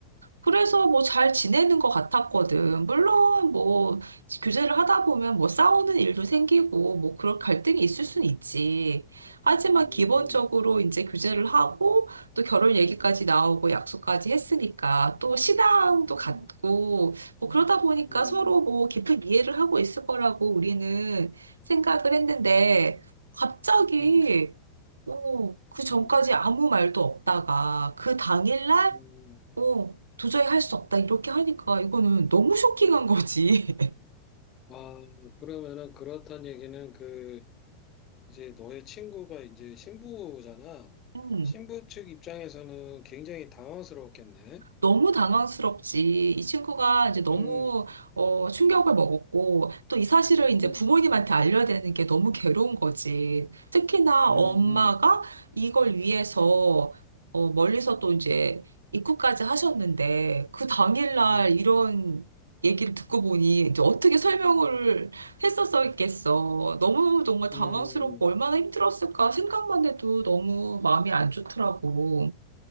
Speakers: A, on the right (about 75°); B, on the left (about 30°).
A: 그래서 뭐 잘 지내는 것 같았거든. 물론 뭐 교제를 하다 보면 뭐 싸우는 일도 생기고 뭐 그런 갈등이 있을 순 있지. 하지만
B: 음,
A: 기본적으로 이제 교제를 하고 또 결혼 얘기까지 나오고 약속까지 했으니까 또 신앙도 같고
B: 음,
A: 뭐 그러다 보니까
B: 음,
A: 서로 뭐 깊은 이해를 하고 있을 거라고 우리는 생각을 했는데 갑자기
B: 음,
A: 어, 그 전까지
B: 음,
A: 아무 말도 없다가 그 당일날
B: 음.
A: 어, 도저히 할 수 없다. 이렇게 하니까 이거는 너무 쇼킹한 거지. <laughs>
B: 와, 그러면은 그렇단 얘기는 그, 이제 너의 친구가 이제 신부잖아.
A: 음.
B: 신부 측 입장에서는 굉장히 당황스러웠겠네.
A: 너무 당황스럽지. 이 친구가 이제 너무
B: 음,
A: 어, 충격을 먹었고 또 이 사실을 이제
B: 음.
A: 부모님한테 알려야 되는 게 너무 괴로운 거지. 특히나
B: 음,
A: 엄마가 이걸 위해서 어, 멀리서 또 이제 입국까지 하셨는데 그 당일날
B: 음,
A: 이런 얘기를 듣고 보니 이제 어떻게 설명을 했었겠어. 너무 정말 당황스럽고
B: 음.
A: 얼마나 힘들었을까 생각만 해도 너무 마음이 안 좋더라고.